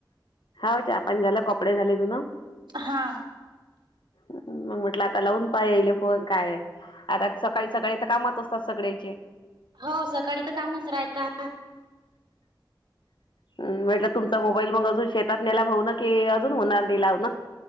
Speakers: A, on the left; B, on the right.
A: हा चहा पाच झाला कपडे झाले तुन.
B: हा.
A: हम्म मग म्हटलं आता लावून पा येले फोन काय आता सकाळीच सकाळी तर कामात असतात सगळे्याचे.
B: हो सकाळी तर कामच राहिता.
A: म्हटलं तुमचा मोबाईल मग अजून शेतात नेला भाऊ ना कि अजून होणार दिलाव ना.